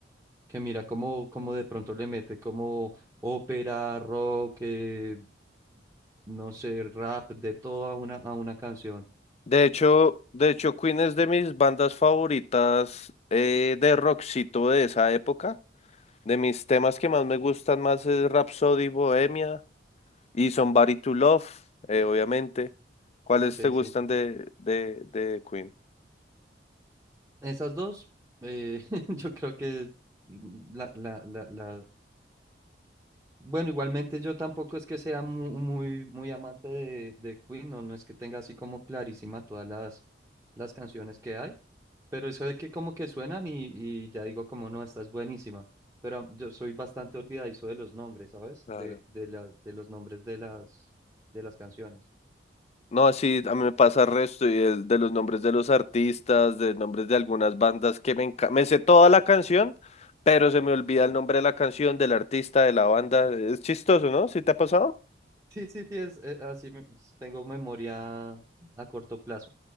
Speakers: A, on the right; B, on the left.
A: que mira cómo, cómo de pronto le mete como ópera, rock, eh, no sé, rap, de todo a una, a una canción.
B: De hecho, de hecho, Queen es de mis bandas favoritas eh, de rockcito de esa época. De mis temas que más me gustan más es Rhapsody Bohemia y Somebody to Love, eh, obviamente. ¿Cuáles
A: Ok,
B: te gustan
A: sí.
B: de, de, de Queen?
A: Esas dos, eh, <laughs> yo creo que la, la, la, la- Bueno, igualmente yo tampoco es que sea mu- muy, muy, amante de, de Queen, no, no es que tenga así como clarísima todas las, las canciones que hay, pero eso de que como que suenan y, y ya digo como no, esta es buenísima, pero yo soy bastante olvidadizo de los nombres, ¿sabes?
B: Claro.
A: De, de, la- de los nombres de las, de las canciones.
B: No, sí, a mí me pasa el resto y el, de los nombres de los artistas, de nombres de algunas bandas que me encanta. Me sé toda la canción, pero se me olvida el nombre de la canción, del artista, de la banda. Es chistoso, ¿no? ¿Sí te ha pasado?
A: Sí, sí, sí, es, eh, así me- tengo memoria a corto plazo.